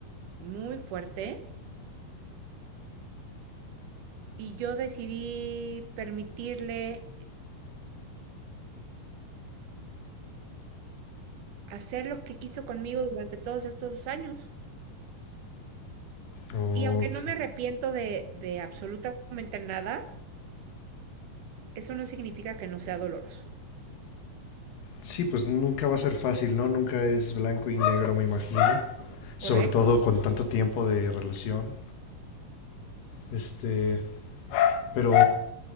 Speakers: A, on the right; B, on the left.
A: muy fuerte y yo decidí permitirle hacer lo que quiso conmigo durante todos estos años.
B: Ok.
A: Y aunque no me arrepiento de, de absolutamente nada, eso no significa que no sea doloroso.
B: Sí, pues nunca va a ser fácil, ¿no? Nunca es blanco y negro, me imagino. Sobre
A: Correcto.
B: todo con tanto tiempo de relación. Este, pero